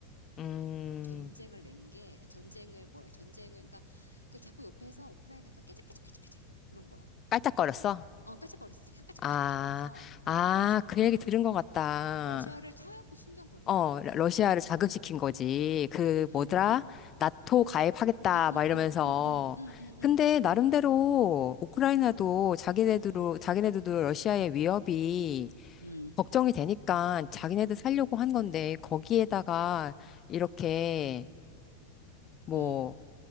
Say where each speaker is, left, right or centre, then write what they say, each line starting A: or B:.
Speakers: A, on the left; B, on the left.
A: 음.
B: 전쟁을 낸 게, 전쟁을 뭐라, 전쟁을, 그러니까, 그 자꾸 옆에서 우크라이나가 깨작깨작깨작깨작 그런 거야.
A: 깔짝거렸어?
B: 어, 까짝거렸어. 까짝까짝까짝
A: 아,
B: 하면서, 어,
A: 아,
B: 러시,
A: 그 얘기 들은 것 같다.
B: 러시아를 차갖고 신경 건드린
A: 어,
B: 거야.
A: 러- 러시아를 자극시킨 거지. 그,
B: 음,
A: 뭐더라? 나토 가입하겠다,
B: 음, 음,
A: 막 이러면서.
B: 음, 음, 음, 음, 음,
A: 근데, 나름대로, 우크라이나도
B: 음,
A: 자기네들로,
B: 음,
A: 자기네들도 러시아의 위협이
B: 음,
A: 걱정이 되니까 자기네들 살려고 한 건데 거기에다가 이렇게 뭐
B: 음, 음.